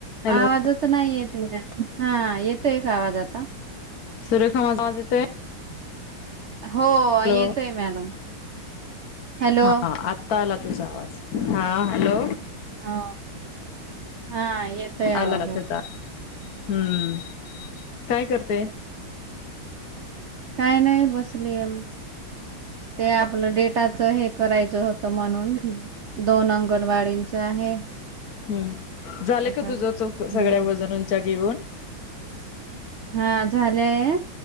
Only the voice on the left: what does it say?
हॅलो
सुरेखा मजा वाज येतोय?
हॅलो
हा आत्ता आला तुझा आवाज, हा हॅलो.
आला ना
त्याचा. हम्म, काय करते?
हम्म,
झाले का
तुझ चौक सगळ्या वजनांच्या घेऊन.